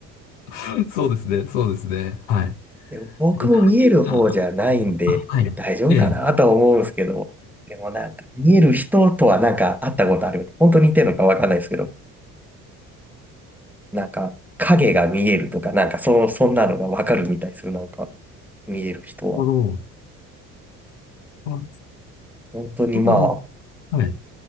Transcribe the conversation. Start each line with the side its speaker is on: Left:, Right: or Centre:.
Left: <laughs> そうですね、そうですね。はい。
Centre: でも僕も見える方じゃないんで大丈夫かなとは思うんですけど、
Left: で、何が、あはい。ええ、なる
Centre: でもなんか見える人とはなんか会ったことある。本当に似てるのかわかんないですけど、なんか影が見えるとか、なんかそ、そんなのがわかるみたいですよ。なんか見える人は。
Left: ほど。あ、
Centre: 本当にまあ、
Left: そうなの。はい。